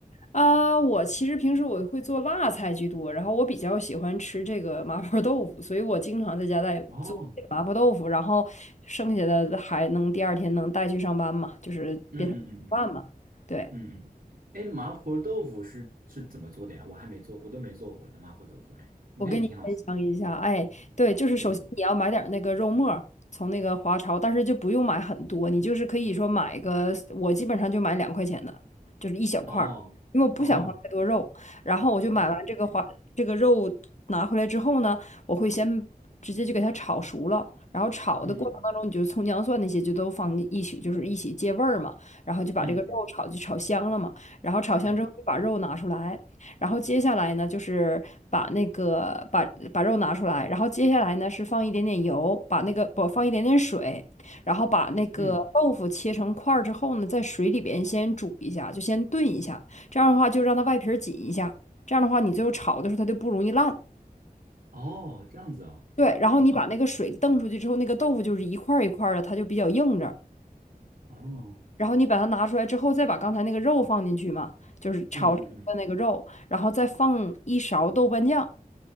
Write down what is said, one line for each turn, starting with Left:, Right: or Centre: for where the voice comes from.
Left: 啊，我其实平时我会做辣菜居多，然后我比较喜欢吃这个麻婆豆腐，所以我经常在家在做这个麻婆豆腐，
Right: 哦，
Left: 然后剩下的还能第二天能带去上班嘛，就是变成饭嘛。
Right: 嗯嗯嗯嗯
Left: 对，
Right: 嗯嗯，哎，麻婆豆腐是是怎么做的呀？我还没做，我都没做过的麻婆豆腐，哎，应该也挺好吃的，
Left: 我跟你分享一下，哎，对，就是首先你要买点儿那个肉末儿，
Right: 可以吗。
Left: 从那个华超，但是就不用买很多，你就是可以说买个，我基本上就买两块钱的，就是一小块儿，
Right: 哦哦，
Left: 因为我不想放太多肉。然后我就买完这个华这个肉拿回来之后呢，
Right: 嗯，OK，
Left: 我会先直接就给它炒熟了，然后炒的过程当中，
Right: 嗯嗯
Left: 你就葱姜蒜那些就都放一起，就是一起借味儿嘛，然后就把这个肉炒就炒香了嘛，
Right: 嗯嗯
Left: 然后炒香之后就把肉拿出来。
Right: 嗯
Left: 然后接下来呢，就是把那个把把肉拿出来，然后接下来呢是放一点点油，把那个不放一点点水，然后把那个豆腐切成块儿之后呢，
Right: 嗯嗯，
Left: 在水里边先煮一下，就先炖一下，这样的话就让它外皮儿紧一下，这样的话你最后炒的时候它就不容易烂。
Right: 哦，这样子哦，
Left: 对，然后你把那个水瞪出去之后，
Right: 啊，嗯
Left: 那个豆腐就是一块儿一块儿的，它就比较硬着。
Right: 哦，
Left: 然后你把它拿出来之后，再把刚才那个肉放进去嘛，就是炒成的那个肉，
Right: 嗯嗯嗯。
Left: 然后再放一勺豆瓣酱。